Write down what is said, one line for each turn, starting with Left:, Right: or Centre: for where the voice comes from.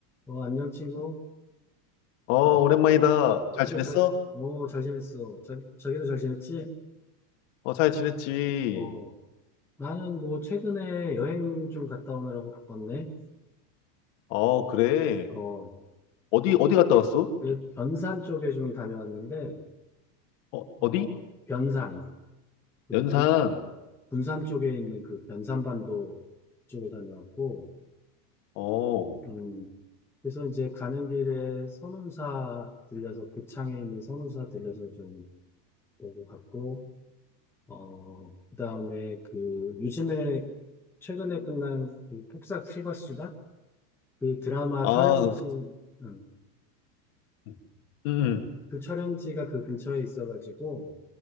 Centre: 어, 안녕, 친구.
Left: 어, 오랜만이다.
Centre: 어,
Left: 잘
Centre: 그래,
Left: 지냈어?
Centre: 잘, 어, 잘 지냈어. 자, 자기도 잘 지냈지?
Left: 어, 잘 지냈지.
Centre: 어, 나는 뭐, 최근에 여행 좀 갔다 오느라고 바빴네.
Left: 어, 그래.
Centre: 어,
Left: 어디, 어디 갔다 왔어?
Centre: 그 변산 쪽에 좀 다녀왔는데,
Left: 어,
Centre: 어,
Left: 어디?
Centre: 변산, 그
Left: 연산.
Centre: 군, 군산 쪽에 있는 그 변산반도 쪽을 다녀왔고,
Left: 어,
Centre: 음, 그래서 이제 가는 길에 선운사 들려서, 고창에 있는 선운사 들려서 좀 보고 갔고, 어, 그다음에 그 요즘에 최근에 끝난 그 폭싹 소가수다? 그 드라마
Left: 아,
Centre: 촬영지, 응.
Left: 음, 음. 음.
Centre: 그 촬영지가 그 근처에 있어가지고